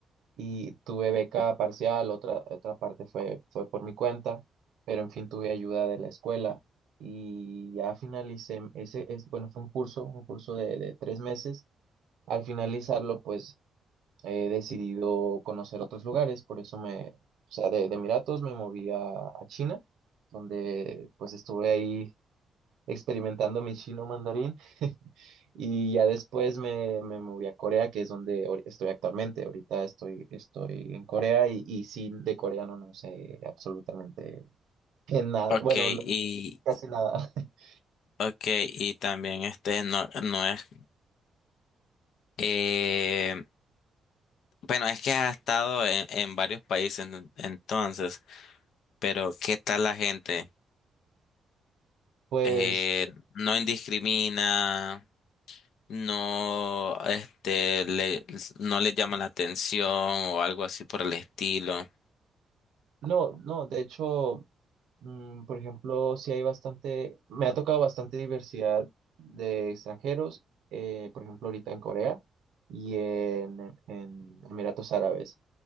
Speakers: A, on the right; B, on the left.
A: y tuve beca parcial, otra, otra parte fue, fue por mi cuenta, pero en fin tuve ayuda de la escuela y ya finalicé, ese es, bueno, fue un curso, un curso de, de tres meses. Al finalizarlo, pues he decidido conocer otros lugares, por eso me, o sea, de, de Emiratos me moví a, a China, donde pues estuve ahí experimentando mi chino mandarín. Y ya después me, me moví a Corea, que es donde ahori- estoy actualmente. Ahorita estoy, estoy en Corea y, y sí, de coreano no sé absolutamente que nada.
B: Ok,
A: Bueno, lo-
B: y,
A: casi nada. <laughs>
B: okay, y también este no, no es, eh, bueno, es que has estado en, en varios países en- entonces, pero ¿qué tal la gente?
A: Pues
B: Eh, no indiscrimina, no, este, le, no le llama la atención o algo así por el estilo.
A: no, no, de hecho, mm, por ejemplo, sí hay bastante, me ha tocado bastante diversidad de extranjeros, eh, por ejemplo, ahorita en Corea y en, en Emiratos Árabes.